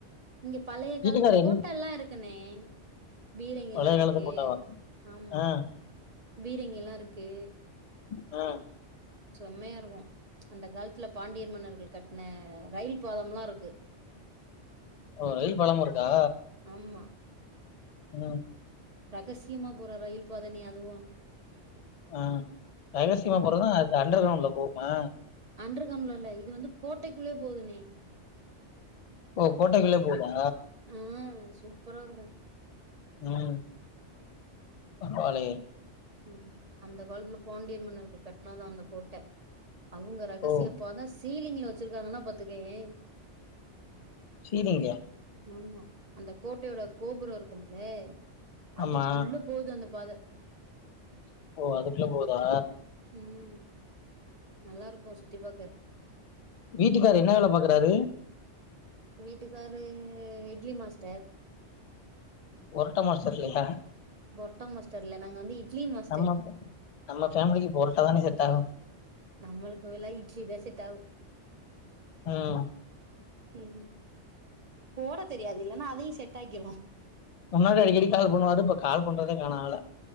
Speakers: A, on the right; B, on the left.
A: இங்க பழைய
B: வீட்டுக்கார
A: காலத்து
B: என்
A: போட்டால்லா இருக்குண்ணே பீரங்கி
B: பழைய
A: எல்லா இருக்கு
B: காலத்து போட்டாவா
A: ஆமா
B: ஆ
A: பீரங்கி எல்லா இருக்கு
B: அ
A: செம்மையா இருக்கு அந்த காலத்துல பாண்டியர் மன்னர்கள் கட்டுன ரயில் பாதம்லா இருக்கு
B: ஓ ரயில் பாலம் இருக்கா?
A: ஆமா
B: ம்
A: ரகசியமா போற ரயில் பாதன்னியே அதுவா
B: ஆ ரகசியமா போறதுனா அது அண்டர் கிரவுண்ட்ல போகுமா
A: அன்டர் க்ரவுண்ட்ல உள்ள இது வந்து கோட்டைக்குள்ளே போதுணே
B: ஓ கோட்டைக்குள்ளே போகுதா
A: ஆ சூப்பரா இருக்கும்
B: ம் பரவால்லையே
A: ம் அந்த காலத்துல பாண்டியர் மன்னர்கள் கட்னதுதா அந்த கோட்ட அவங்க ரகசியப்பாதன
B: ஓ
A: சீலிங்ல வச்சிருக்காங்கன்னா பாத்துக்கோயே
B: ஹீலிங்லயா
A: ஆமா அந்த கோட்டையோட கோபுரோ இருக்குமுல்லே அதுக்குள்ள
B: ஆமா
A: போகுது அந்த பாத
B: ஓ அதுக்குள்ள போகுதா
A: ம் நல்லா இருக்கு சுத்தி பார்க்க
B: வீட்டுக்கார் என்ன வேல பாக்குறாரு
A: வீட்டுக்காரு இட்லி மாஸ்டர்
B: பொரட்டா மாஸ்டர் இல்லயா
A: பொரட்டா மாஸ்டர் இல்ல நாங்க வந்து இட்லி மாஸ்டர்
B: நம்ம நம்ம ஃபேமிலிக்கு பொரட்டா தானே செட் ஆகு
A: நம்மளுக்கு வெல்லா இட்லிதா செட்டாவு
B: ம்
A: ம் போட தெரியாது இல்லைனா அதையு செட் ஆக்கிருவோ.
B: முன்னாடி அடிக்கடி கால் பண்ணுவாரு இப்ப கால் பண்றதே காணா ஆள